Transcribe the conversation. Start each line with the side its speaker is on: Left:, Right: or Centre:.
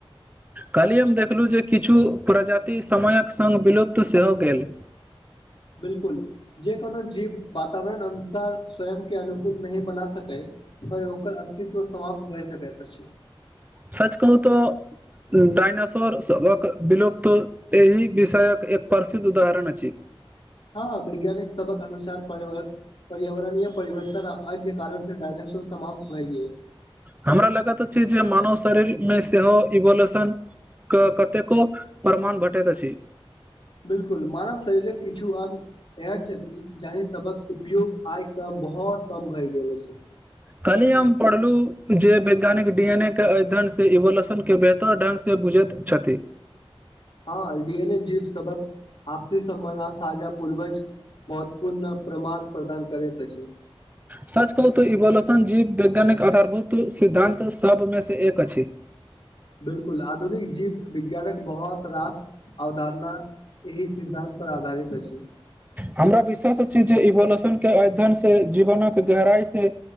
Right: कलहि हम देखलहु जे किछु प्रजाति समयक संग विलुप्त सेहो गेल
Left: बिलकुल जे कोनो जीव वातावरण अनुसार स्वयं के अनुकूल नहि बना सकै त ओकर अस्तित्व समाप्त भए सकैत अछि
Right: सच कहुँ तऽ डायनासोर सभक विलुप्त एहि विषयक एक प्रसिद्ध उदाहरण अछि
Left: हँ हँ वैज्ञानिक सबहक अनुसार परियावरण पर्यावरणीय परिवर्तन अन्य कारण से डायनासोर समाप्त भए गेल
Right: हमरा लगा तऽ छी जे मानुस शरीरमे सेहो इवोल्येशने क कतेको प्रमाण भेटैत अछि
Left: बिल्कुल मानव शरीरक किछु अंग एहन छथिन जाहि सबक उपयोग आय कम बहुत कम भैय गेल अछि
Right: कली हम पढ़लू जे वैज्ञानिक डी एन ए के अध्ययनसे इवोल्यूशन के बेहतर ढंग से बुझैत छथि
Left: हाँ डी एन ए जीव सबक आपसी सम्बध साजा पूर्वज महत्वपूर्ण प्रमाण प्रदान करैत अछी <inaudible>
Right: सच कहु तऽ इवोल्यूशन जीव वैज्ञानिक आधारभूत सिद्धान्त सबमे से एक अछि
Left: बिल्कुल आधुनिक जीव विज्ञानक बहुत रास अवधारणा एहि सिद्धान्त पर आधारित अछि
Right: हमरा विश्वास जे इवोलूशन के अध्ययन से जीवनक गहराई से